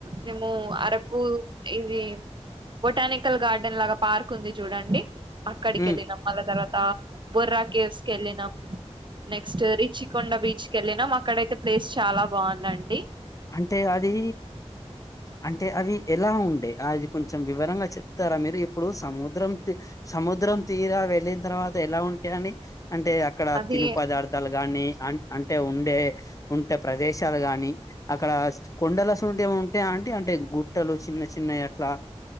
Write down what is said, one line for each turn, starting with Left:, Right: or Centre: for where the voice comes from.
Right: మేము అరకు ఇది బొటానికల్ గార్డెన్ లాగా పార్క్ ఉంది చూడండి. అక్కడికి
Left: ఉమ్.
Right: ఎల్లినం, మళ్ల తర్వాతా బొర్రా కేవ్స్ కెల్లినం, నెక్స్ట్ రిచికొండ బీచ్ కెల్లినాం అక్కడైతె ప్లేస్ చాలా బావుందండి.
Left: అంటే అదీ అంటే అవి ఎలా ఉండె ఆది కొంచెం వివరంగా చెప్తారా మీరు, ఇప్పుడు సముద్రం తి సముద్రం తీరా వెళ్లిన తర్వాత ఎలా ఉంటే అని అంటే అక్కడ
Right: అది
Left: తిను పదార్థాలు గానీ అం అంటే ఉండే ఉంటే ప్రదేశాలు గానీ అక్కడా స్ట్ కొండలసువంటియి ఏవైనా ఉంటాయా ఆంటి అంటే గుట్టలు చిన్నచిన్నయి అట్లా?